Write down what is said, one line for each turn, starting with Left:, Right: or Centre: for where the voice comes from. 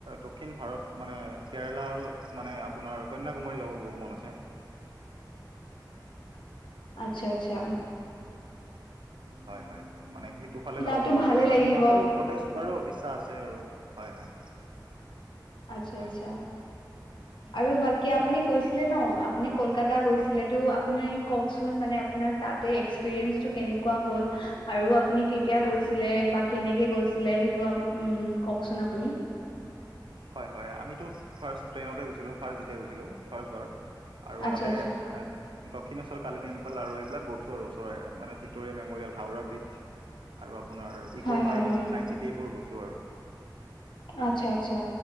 Right: দক্ষিণ ভাৰত মানে কেৰেলা আৰু মানে আপোনাৰ কন্যাকুমাৰী যাব বহুত মন আছে।
Left: আচ্ছা আচ্ছা।
Right: হয় হয়। মানে সেইটো ফালে যাব
Left: তাতো
Right: মন আছে
Left: ভালে
Right: আৰু। আৰু
Left: লাগিব
Right: হিমাচল প্ৰদেশ বাৰু ইচ্ছা আছে আৰু হয় হয়।
Left: আচ্ছা,
Right: হয়
Left: আচ্ছা। আৰু বাকী
Right: উম।
Left: আপুনি কৈছিলে ন আপুনি কলকাতা গৈছিলেটো আপুনি কওকচোন মানে আপোনাৰ তাত তাতে এক্সপিৰিয়েঞ্চটো কেনেকুৱা হ'ল আৰু আপুনি কেতিয়া গৈছিলে বা কেনেকে গৈছিলে সেইটো উম, কওকচোন আপুনি?
Right: হয়, হয় আমিটো ফাৰ্ষ্ট ট্ৰেইনতে গৈছিলো, ফাৰ্ষ্ট যেতিয়া গৈছিলো ফাৰ্ষ্টবাৰ। আৰু
Left: আচ্ছা
Right: তাতে
Left: আচ্ছা
Right: অ দক্ষিণেশ্বৰ কালি টেম্পল আৰু এইবিলাক গৈছো আৰু ওচৰৰে মানে ভিক্ট'ৰিয়া মেম'ৰিয়েল, হাওৰা ব্ৰিজ আৰু আপোনাৰ ইক'
Left: হয়
Right: পাৰ্ক,
Left: হয় হয়
Right: চাইন্স চিটি এইবোৰ গৈছো আৰু।
Left: আচ্ছা আচ্ছা।